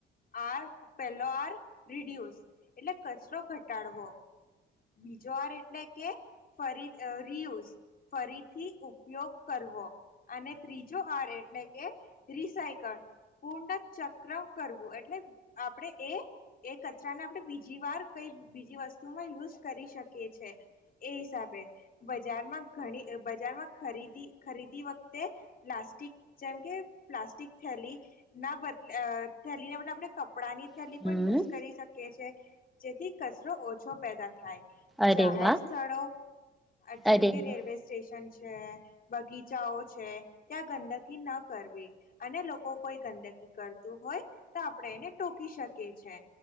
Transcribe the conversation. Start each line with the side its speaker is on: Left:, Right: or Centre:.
Left: આર પહેલો આર રીડ્યુસ એટલે કચરો ઘટાડવો બીજો આર એટલે કે ફરી રિયુઝ ફરીથી ઉપયોગ કરવો અને ત્રીજો આર એટલે કે રિસાયકલ પૂર્ણ ચક્ર કરવું એટલે આપણે એ એ કચરાને આપણે બીજી વાર કઈ બીજી વસ્તુમાં ઉપયોગ કરી શકીએ છે એ હિસાબે બજારમાં ઘણી બજારમાં ખરીદી ખરીદી વખતે પ્લાસ્ટિક જેમ કે પ્લાસ્ટિક થેલી ના બદલે થેલીના બદલે આપણે કપડાંની થેલી
Centre: હમ
Left: પણ યુઝ કરી શકે. કે છે જેથી કચરો ઓછો પેદા થાય.
Centre: અરે
Left: જાહેર
Centre: વાહ
Left: સ્થળો જેમ
Centre: અરે
Left: કે
Centre: વાહ
Left: રેલવે સ્ટેશન છે. છે, બગીચાઓ છે. ત્યાં ગંદકી ના કરવી અને લોકો કોઈ ગંદકી કરતું હોય, તો આપણે એને ટોકી શકીએ છે.